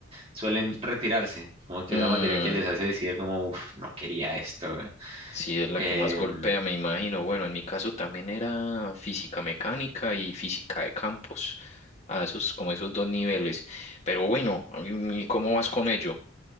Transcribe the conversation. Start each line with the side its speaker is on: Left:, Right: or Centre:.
Right: suelen retirarse, como que
Left: mm.
Right: la materia que les hace decir como, uff, no quería esto. güey".
Left: Sí, es la
Right: Em,
Left: que más golpea, me imagino. Bueno, en mi caso también era física mecánica y física de campos. A esos, como esos dos niveles. Pero bueno, ¿y cómo vas con ello?